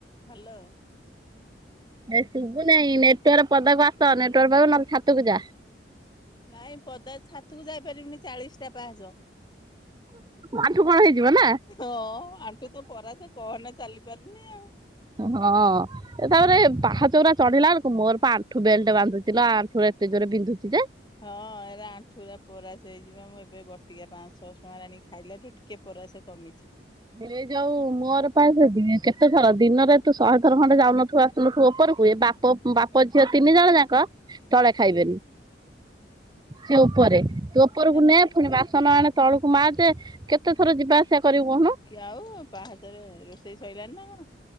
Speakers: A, on the left; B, on the right.
A: ହ୍ୟାଲୋ
B: ଏ ଶୁଭୁନେଇଁ ନେଟୱାର୍କ ପଦାକୁ ଆସ ନେଟୱର୍କ ନହଲେ ଛାତକୁ ଯା।
A: ନାଇଁ ପଦା ଛାତକୁ ଯାଇ ପାରିବନି ଚାଳିଶି ଟା ପାହାଚ।
B: ଆଣ୍ଠୁ କଣ ହେଇଯିବ ନା
A: ହଁ ଆଣ୍ଠୁ ତ ପରାଜ କହନା ଚାଲି ପାରୁନି ଆ
B: ହଁ ତାପରେ ପାହାଚ ଉରା ଚଢିଲା ବେଳକୁ ମୋର ପା ଆଣ୍ଠୁ ବେଲ୍ଟ ବାନ୍ଧୁଥିଲା ଆଣ୍ଠୁରେ ଏତେ ଜୋରେ ବିନ୍ଧୁଛି ଯେ
A: ହଁ ଏରା ଆଣ୍ଠୁଉରା ପରାସ ହେଇଯିବ ମୁଁ ଏବେ ବଟିକା ପାଁ ଛଶହ ଟଙ୍କାରେ ଆଣିକି ଖାଇଲା ଠୁ ଟୁିକେ କେ ପରାସେ କମିଚି।
B: ହେ ଯୋଉ ମୋର ପା ସେ ଯେ କେତେ ଥର ଦିନରେ ତୁ ଶହେ ଥର ଖଣ୍ଡେ ଯାଉନଥିବୁ ଆସୁ ପୁଅ ଓପରୁ କୁହେ ବାପ ବାପ ଝିଅ ତିନି ଜଣ ଯାକ ତଳେ ଖାଇବେନି। ସେ ଉପରେ ତୁ ଉପରକୁ
A: ଏରା
B: ନେ ପୁଣି ବାସ ସନ ଆଣେ ତଳକୁ ମାଯେ କେତେ ଥର ଯିବା ଆସିବା କରିବୁ କହୁନୁ।
A: ଆଉ ପାହାତରେ ରୋଷେଇ ସରିଲାଣିି ନା କଣ?